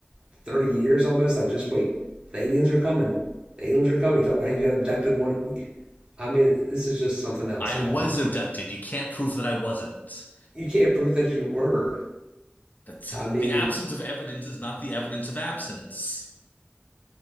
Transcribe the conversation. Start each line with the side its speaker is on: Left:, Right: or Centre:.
Right: 30 years almost? Like, just wait. The aliens are coming. The aliens are coming. You're talking about how you got abducted one. I mean, this is just something else
Left: I
Right: now.
Left: was abducted. You can't prove that I wasn't.
Right: You can't prove that you were.
Left: That's
Right: I mean,
Left: the absence of evidence is not the evidence of absence.